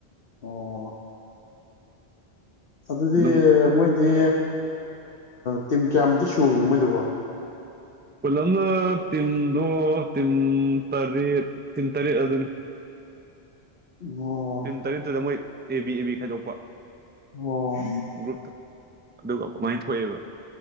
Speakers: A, on the left; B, on the right.
A: ꯑꯣ ꯑꯗꯨꯗꯤ
B: ꯑꯗꯨꯝ
A: ꯃꯣꯏꯗꯤ ꯇꯤ ꯀꯌꯥꯃꯨꯛꯇ ꯁꯨꯔ ꯌꯦ ꯃꯣꯏꯗꯨꯕꯣ
B: ꯄꯂꯅ ꯇꯤꯟ ꯅꯣ ꯇꯤꯟ ꯇꯔꯦꯠ ꯇꯤꯟ ꯇꯔꯦꯠ ꯑꯗꯨꯅꯤ
A: ꯑꯣ
B: ꯇꯤꯟ ꯇꯔꯗꯨ꯭ꯔꯗ ꯃꯣꯏ ꯑꯦ ꯕꯤ ꯑꯦ ꯕꯤ ꯈꯥꯏꯗꯣꯛꯄ
A: ꯑꯣ
B: ꯒ꯭ꯔꯨꯞꯇ ꯑꯗꯨꯒ ꯒꯃꯥꯏꯅ ꯊꯣꯛꯑꯦꯕ